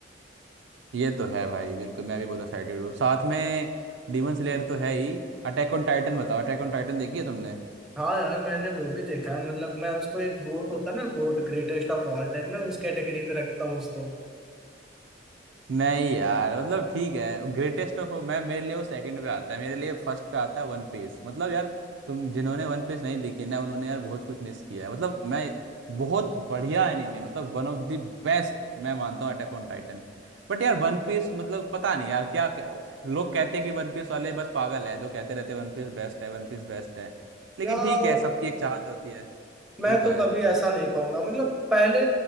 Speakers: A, on the right (about 85°); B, in the centre.
A: ये तो है भाई बिल्कुल मैं भी बहुत एक्साइटेड हूँ साथ में डिमन स्लेयर तो है ही अटैक ऑन टाइटन बताओ अटैक ऑन टाइटन देखी है तुमने
B: हाँ यार मैंने वो भी देखा है मतलब मैं उसको एक गोट होता है ना goat greatest of all time मैं उस कैटेगरी में रखता हूँ उसको
A: नहीं यार मतलब ठीक है ग्रेटेस्ट ऑफ मैं मेरे लिए वो सेकंड पे आता है मेरे लिए फर्स्ट पे आता है वन पीस मतलब यार तुम जिन्होंने वन पीस नहीं देखी ना उन्होंने यार बहुत कुछ मिस किया है मतलब मैं बहुत बढ़िया एनीमे मतलब वन ऑफ द बेस्ट मैं मानता हूँ अटैक ऑन टाइटन बट यार वन पीस मतलब पता नहीं यार क्या क्या- लोग कहते हैं कि वन पीस वाले बस पागल है जो कहते रहते हैं वन पीस बेस्ट है वन पीस बेस्ट है लेकिन
B: यार
A: ठीक है सबकी एक चाहत होती है
B: मैं
A: ये तो
B: तो
A: है
B: कभी ऐसा नहीं कहूंगा मतलब पहले